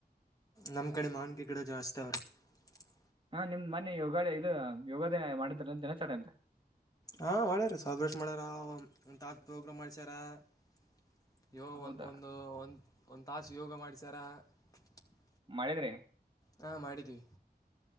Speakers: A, on the left; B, on the right.
A: ನಮ್, ಕಡೆ, ಮಾವಿನಕಾಯಿ ಗಿಡ, ಜಾಸ್ತಿ, ಅವಾರೇ? <unintelligible>
B: ಹಾ- ನಿಮ್ದ್ ಮನೆ ಯೋಗ ಇದು ಯೋಗಾದ ಮಾಡಿದಾರಂತ ದಿನಚರಣ ಅಂತೆ.
A: ಹಾ, ಮಾಡ್ಯಾರ! ಸೆಲೆಬ್ರೇಟ್ ಮಾಡ್ಯಾರ, ತಾತು, ಪ್ರೋಗ್ರಾಮ್ ಮಾಡಸ್ಯಾರ? <inaudible> ಯೋ,
B: ಹೌದಾ
A: ಒಂದು, ಒಂದು, ಒಂದು, ಒಂದು, ತಾಸು ಯೋಗ ಮಾಡಿಸಾರ? <inaudible>
B: ಮಾಡಿದ್ರಿ.
A: ಹಾ ಮಾಡಿದೀವಿ.